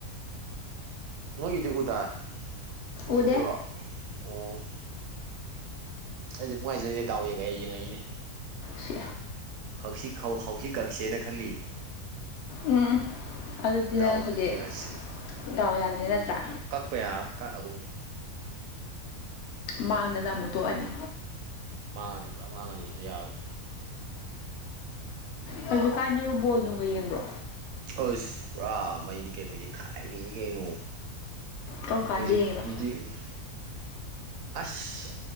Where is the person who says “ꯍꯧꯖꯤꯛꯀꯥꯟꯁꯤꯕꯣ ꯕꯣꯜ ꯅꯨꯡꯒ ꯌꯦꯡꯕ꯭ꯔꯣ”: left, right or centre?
Left